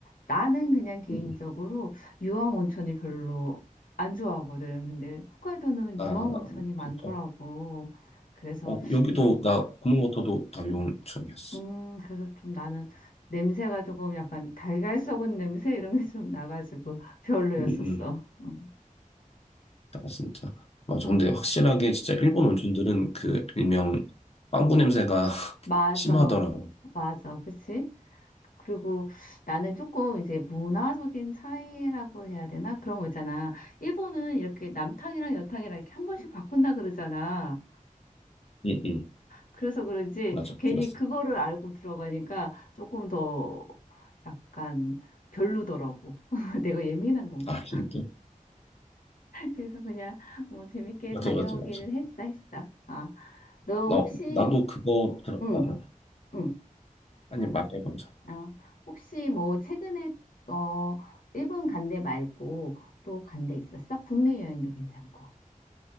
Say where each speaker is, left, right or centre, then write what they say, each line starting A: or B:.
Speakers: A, on the left; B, on the left.
A: 나는 그냥 개인적으로
B: 음. 음, 음.
A: 유황 온천이 별로 안 좋아하거든. 근데 홋카이도는
B: 아
A: 유황 온천이 많더라고.
B: 진짜.
A: 그래서
B: 어, 여기도
A: 이,
B: 나 구멍모터도 다 요온천이었어.
A: 음, 그래서 좀 나는 냄새가 조금 약간 달걀 썩은 냄새 이런 게 좀 나가지고 <laughs> 별로였었어.
B: 음, 음.
A: 음.
B: 나 진짜 맞아.
A: 어,
B: 근데 확실하게 진짜 일본 온천들은 그 일명 빵구 냄새가 <laughs>
A: 맞아.
B: 심하더라고.
A: 맞아. 그치? 그리고 나는 조금 이제 문화적인 차이라고 해야 되나? 그런 거 있잖아. 일본은 이렇게 남탕이랑 여탕이랑 이렇게 한 번씩 바꾼다 그러잖아.
B: 응, 응.
A: 그래서 그런지
B: 맞아.
A: 괜히
B: 들었어.
A: 그거를 알고 들어가니까 조금 더 약간 별로더라고. <laughs> 내가 예민한 건가?
B: 아, 진짜?
A: 그래서 그냥 뭐 재밌게
B: 맞아,
A: 다녀오기는
B: 맞아, 맞아.
A: 했어, 했어. 아, 너
B: 나
A: 혹시,
B: 나도 그거 들었다.
A: 응,
B: 응.
A: 응,
B: 아니, 말해 먼저.
A: 아, 혹시 뭐 최근에, 어, 일본 간데 말고 또 간데 있었어? 국내 여행도 괜찮고.